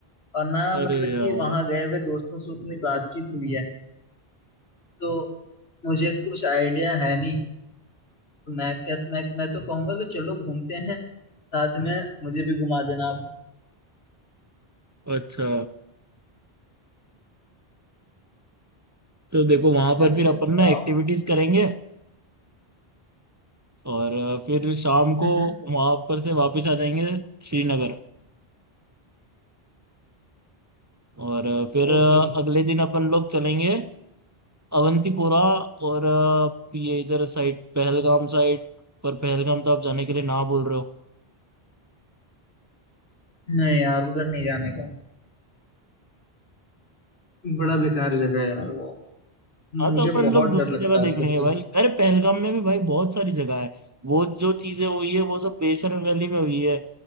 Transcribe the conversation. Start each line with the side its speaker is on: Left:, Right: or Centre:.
Left: और ना
Right: अरे
Left: मतलब
Right: यार
Left: कि वहां गए हुए दोस्तों से उतनी बातचीत हुई है तो मुझे कुछ आइडिया है नहीं तो मैं क्या मैं मैं तो कहूंगा कि चलो घूमते हैं साथ में मुझे भी घुमा देना आप
Right: अच्छा तो देखो वहां
Left: अच्छा
Right: पर फिर
Left: मुझे
Right: अपन
Left: बताओ
Right: ना एक्टिविटीज करेंगे और अ, फिर शाम
Left: हम्म
Right: को वहां पर से वापस आ जाएंगे श्रीनगर और अ, फिर
Left: ओके
Right: अ, अगले दिन अपन लोग चलेंगे अवंतीपोरा और अ, ये इधर साइड पहलगाम साइड पर पहलगाम तो आप जाने के लिए ना बोल रहे हो
Left: नहीं यार उधर नहीं जाने का बड़ा बेकार जगह है यार वो मुझे
Right: हाँ तो अपन
Left: बहुत
Right: लोग दूसरी
Left: डर लगता
Right: जगह देख
Left: है उधर
Right: लेंगे
Left: से
Right: भाई अरे पहलगाम में भी भाई बहुत सारी जगह है वो जो चीजें हुई है वो सब बेसर वैली में हुई है